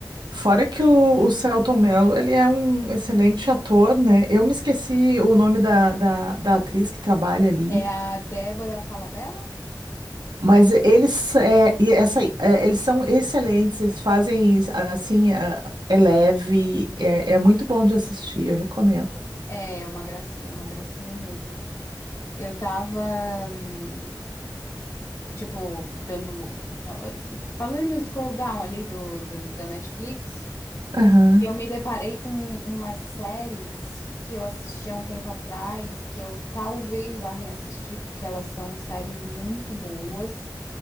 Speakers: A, on the right; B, on the left.
A: fora que o, o Selton Mello, ele é um excelente ator, né? Eu me esqueci o nome da, da, da atriz que trabalha ali.
B: É a Débora Falabella?
A: Mas
B: É,
A: eles, é, e essa, aí, é, eles são excelentes, eles fazem assim, é, é leve, é, é muito bom de assistir, eu recomendo.
B: é uma gracinha, uma gracinha mesmo. Eu tava, hum, tipo, dando. Falando no scroll down ali do, do- da Netflix.
A: Aham,
B: Eu me deparei com umas séries que eu assisti há um tempo atrás, que eu talvez vá reassistir, porque elas são séries muito boas.